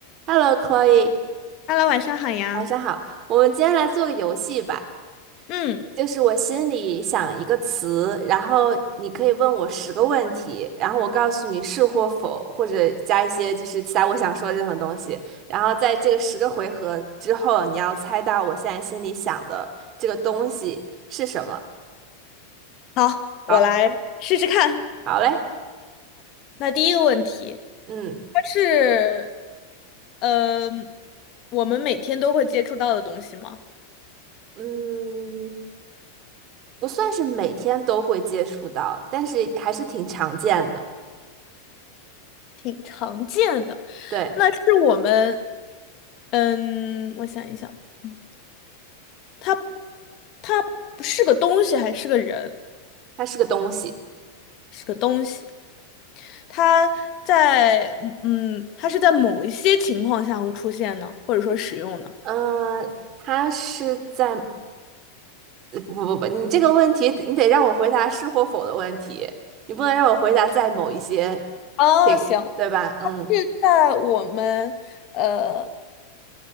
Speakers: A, on the right (about 40°); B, on the left (about 45°).
A: Hello, Chloe，
B: h e 晚上好呀。
A: 晚上好。我们今天来做个游戏吧，
B: 嗯，
A: 就是我心里想一个词，然后你可以问我十个问题，然后我告诉你是或否，或者加一些就是其他我想说的任何东西。然后在这个十个回合之后，你要猜到我现在心里想的这个东西是什么。
B: 好，
A: 好，
B: 我来试试看。
A: 好嘞，
B: 那第一个问题，
A: 嗯
B: 它是，嗯、我们每天都会接触到的东西吗？
A: 嗯，不算是每天都会接触到，但是还是挺常见的。
B: 挺常见的。
A: 对，
B: 那是我们，嗯，我想一想，嗯，它，它不是个东西，还是个人？
A: 它是个东西。
B: 是个东西。它在，嗯，嗯它是在某一些情况下会出现呢，或者说使用呢？
A: 嗯、呃他是在呃不不不，你这个问题你得让我回答是或否的问题，你不能让我回答在某一些，
B: 哦，
A: 这对吧？
B: 行，
A: 嗯，
B: 是在我们呃